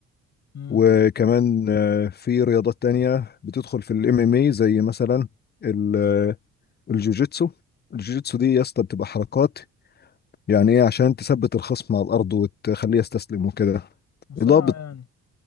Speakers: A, on the left; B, on the left.
A: امم
B: وكمان آه، في رياضات تانية بتدخل في الام ام اي زي مثلا ال- آه، الجوجيتسو الجوجيتسو دي يا اسطى بتبقى حركات يعني ايه عشان تثبت الخصم على الارض وتخليه يستسلم وكده
A: مصارعة
B: اللي هو بت...
A: يعني